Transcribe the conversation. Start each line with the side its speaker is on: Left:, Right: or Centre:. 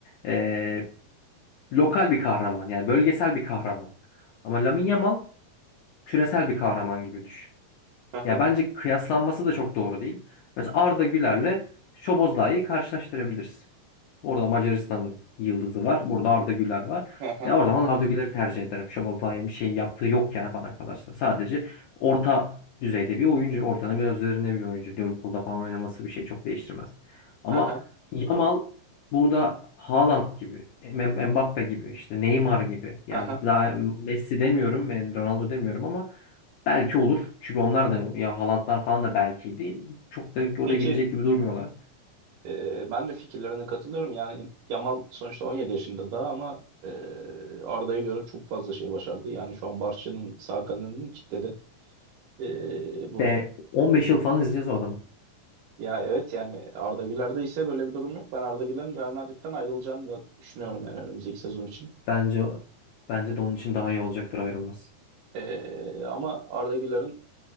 Left: Ee, lokal bir kahraman yani bölgesel bir kahraman. Ama Lamine Yamal küresel bir kahraman gibi düşün.
Right: aha,
Left: Ya bence kıyaslanması da çok doğru değil. Mesela Arda Güler'le Şoboz Lai'yi karşılaştırabilirsin. Orada Macaristan yıldızı var. Burada Arda Güler var.
Right: aha,
Left: Ve o zaman Arda Güler'i tercih ederim. Şabozday'ın bir şey yaptığı yok yani bana kalırsa. Sadece orta düzeyde bir oyuncu. Ortanın biraz üzerinde bir oyuncu. Liverpool'da falan oynaması bir şey çok değiştirmez. Ama
Right: aha,
Left: Yamal burada Haaland gibi, M- Mbappe gibi, işte Neymar gibi.
Right: aha.
Left: Yani daha Messi demiyorum, ben Ronaldo demiyorum ama belki olur. Çünkü onlar da ya Haalandlar falan da belkiydi. Çok da oraya
Right: Peki
Left: gidecek gibi durmuyorlar.
Right: e, ben de fikirlerine katılıyorum. Yani Yamal sonuçta 17 yaşında daha ama e, Arda'ya göre çok fazla şey başardı. Yani şu an Barça'nın sağ kanadını kitledi. E, bu
Left: Ve 15 yıl falan izleyeceğiz o adamı.
Right: ya evet yani Arda Güler'de ise böyle bir durum yok. Ben Arda Güler'in Real Madrid'den ayrılacağını da düşünüyorum yani önümüzdeki sezon için.
Left: Bence bence de onun için daha iyi olacaktır ayrılması.
Right: E, ama Arda Güler'in